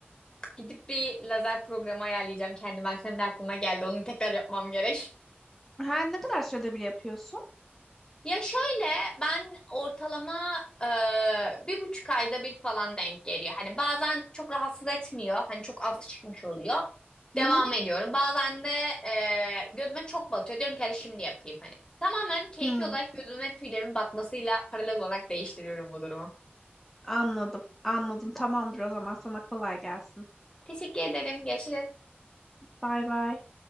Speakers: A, on the left; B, in the centre.
A: Gidip bir lazer programı ayarlayacağım kendime. Akşam da aklıma geldi. Onu tekrar yapmam gerek. <laughs>
B: Ha, ne kadar sürede bir yapıyorsun?
A: Ya şöyle ben ortalama e, bir buçuk ayda bir falan denk geliyor. Hani bazen çok rahatsız etmiyor. Hani çok az çıkmış oluyor. Devam
B: Hı hı.
A: ediyorum. Bazen de e, gözüme çok batıyor. Diyorum ki hadi şimdi yapayım hani. Tamamen keyfi
B: Hı,
A: olarak gözüme tüylerimin batmasıyla paralel olarak değiştiriyorum bu durumu.
B: anladım anladım tamamdır o zaman sana kolay gelsin.
A: Teşekkür ederim. Görüşürüz.
B: Bay bay.